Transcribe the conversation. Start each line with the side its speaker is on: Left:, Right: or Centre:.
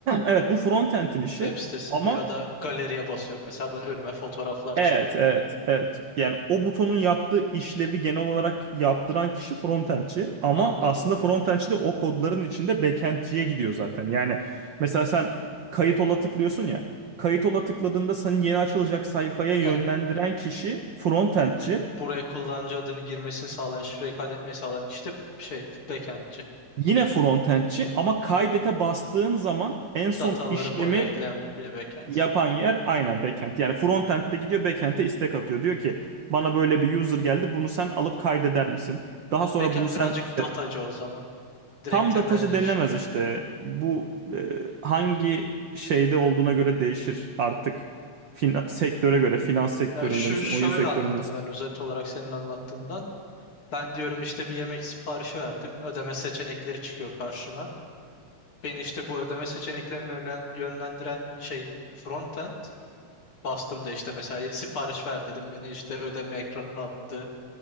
Right: Evet bu frontend'in işi
Left: Web sitesinde
Right: ama
Left: ya da galeriye basıyorum. Mesela ben önüme fotoğraflar çıkıyor.
Right: evet evet evet yani o butonun yaptığı işlevi genel olarak yaptıran kişi frontendçi ama
Left: Anladım.
Right: aslında frontendçi de o kodların içinde backendciye gidiyor zaten. Yani mesela sen kayıt ola tıklıyorsun ya kayıt ola tıkladığında seni yeni açılacak sayfaya
Left: Ha,
Right: yönlendiren kişi frontendçi
Left: Yani buraya kullanıcı adını girmesini sağlayan, şifreyi kaydetmeyi sağlayan kişi de şey backendçi.
Right: yine frontendçi ama kaydete bastığın zaman en son
Left: Dataları
Right: işlemi
Left: collectleyen bir backend.
Right: Yapan yer aynen backend. Yani frontend'de gidiyor backend'e istek atıyor. Diyor ki bana böyle bir user geldi bunu sen alıp kaydeder misin? Daha
Left: Yani
Right: sonra
Left: backend
Right: bunu sen
Left: birazcık
Right: işte
Left: datacı o zaman. Direkt
Right: tam
Left: temeline
Right: da taşı
Left: işliyor.
Right: denilemez işte. Bu e, hangi şeyde olduğuna göre değişir artık. Fina- sektöre göre finans sektöründe
Left: Ya şu
Right: misin,
Left: şöyle
Right: oyun sektöründe
Left: anladım
Right: misin?
Left: ben özet olarak senin anlattığından. Ben diyorum işte bir yemek siparişi verdim. Ödeme seçenekleri çıkıyor karşıma. Beni işte bu ödeme seçeneklerini yönlen- yönlendiren şey frontend. Bastım da işte mesela sipariş ver dedim. Beni işte ödeme ekranına attı.